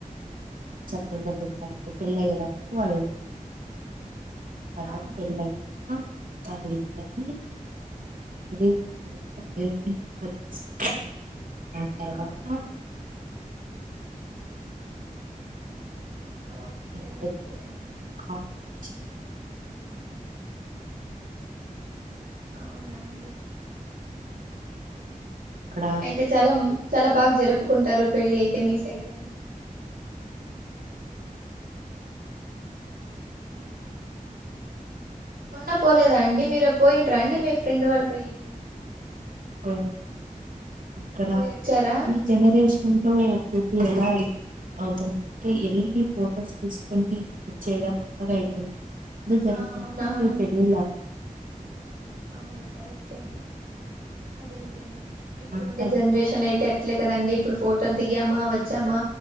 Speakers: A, on the right; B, on the right.
A: డు పర పెళ్ళి అయ్యేవరకు వాళ్ళు తర్వాత
B: అవునండి
A: పెళ్ళి అయితది వారి ఇద్దర్ని రిసెప్షన్ <inaudible> ఆ తర్వాత
B: అవును
A: <inaudible>
B: ఓకే
A: కానీ
B: ఓకే అండి
A: కారు లో వచ్చి
B: అవునండి
A: అక్కడ
B: అయితే చలం చాలా బాగా జరుపుకుంటారు పెళ్ళి అయితే మీ సైడ్ గాని. ఉ మొన్న పోలేదా అండి, మీరు పోయిండ్రా అండి మీరు ఫ్రెండ్ వాళ్ళ పెళ్ళికి.
A: ఓ అక్కడ
B: పోయి వచ్చారా
A: ఈ జనరేషన్ లో ఎలా ఐతుంది అవుతుందంటే ఎళ్లి ఫొటోస్ తీసుకొని వచ్చేయడం లాగా అయిపో దాని
B: ఆ అవునవును
A: <unintelligible> పెళ్లి
B: అవును కరెక్ట్ అండి, అది జమ ఇప్పుడుండే
A: అంతా
B: జనరేషన్ అయితే అట్లే కదండి ఇప్పుడు ఫోటోలు దిగామా వచ్చామా.